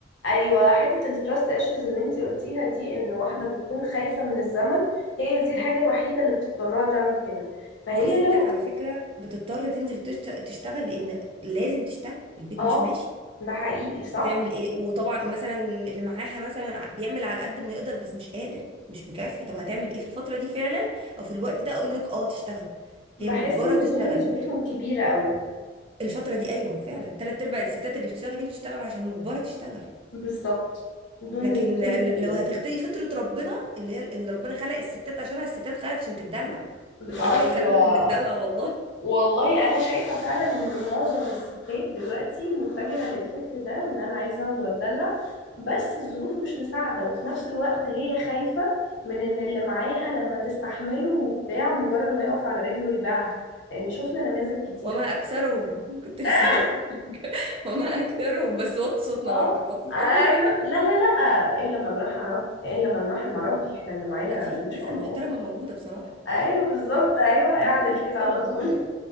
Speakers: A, on the left; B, on the right.
A: ايوه حته التراست ايشوز اللي انت قلتيها دي ان واحده بتكون خايفه من الزمن هي دي الحاجه
B: أمم.
A: الوحيده اللي بتضطرها تعمل كده فهي
B: وفي ستات
A: لو
B: على فكره بتضطر تنزل تشت- تشتغل لان لازم تشتغل البيت
A: اه
B: مش ماشي
A: ده حقيقي صح
B: هتعمل ايه وطبعا مثلا اللي معاها مثلا ع- بيعمل على قد ما يقدر بس مش قادر مش مكفي طب هتعمل ايه في الفتره دي فعلا او في الوقت ده اقول لك اه تشتغل
A: بحس
B: هي مجبره
A: ان
B: تشتغل
A: دول نسبتهم كبيرة قوي
B: الفترة دي أيوة فعلا تلات أرباع الستات اللي بتشتغل دي بتشتغل عشان مجبرة تشتغل
A: بالظبط دول
B: لكن
A: نسبتهم
B: ال-
A: كبيرة
B: لو هتغتدي فطرة ربنا اللي هي اللي ربنا خلق الستات عشانها الستات خلقت عشان تتدلع والله
A: آه، ايوه
B: اتخلقنا عشان نتدلع والله
A: والله انا شايفة فعلا ان معظم الستات دلوقتي متجهة للفكر ده ان انا عايزة اقعد واتدلع بس الظروف مش مساعدة وفي نفس الوقت هي خايفة من ان اللي معاها لما تستحمله وبتاع مجرد ما يقف على رجله يبيعها لان شفنا نماذج كتير
B: وما أكثرهم كنت لسه
A: اه
B: هقول لك. <laughs> وما أكثرهم بس وطي صوتنا
A: آه!
B: برضه نوطي
A: ايوه
B: صوتنا
A: لا لا لا الا من رحم رب الا من رحم ربي احنا اللي معانا
B: لا في
A: ما
B: الناس
A: شاء
B: المحترمة
A: الله
B: موجودة بصراحة
A: ايوه بالظبط ايوه اعدل
B: الناس المحترمة
A: كده على طول
B: موجودة